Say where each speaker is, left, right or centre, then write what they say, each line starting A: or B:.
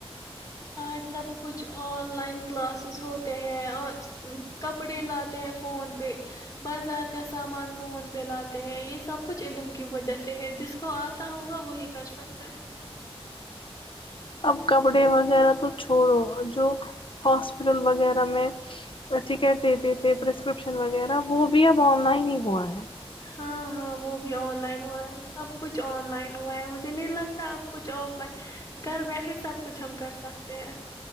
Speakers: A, on the left (about 35°); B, on the left (about 55°).
A: آج سب کچھ آن لائن کلاسز ہوتے ہیں اور کپڑے لاتے ہیں فون پہ بازار کا سامان فون پہ لاتے ہیں یہ سب کچھ علم کی وجہ سے ہے جس کو آتا ہوگا وہی کر سکتے ہیں
B: اب کپڑے وغیرہ تو چھوڑو جو ہاسپٹل وغیرہ میں ٹکٹ دیتے تھے پرسکرپشن وغیرہ وہ بھی اب آن لائن ہی ہوا ہے
A: ہاں ہاں وہ بھی آن لائن ہو رہا ہے سب کچھ آن لائن ہوا ہے مجھے نہیں لگتا اب کچھ آف لائن گھر بیٹھے سب کچھ ہم کر سکتے ہیں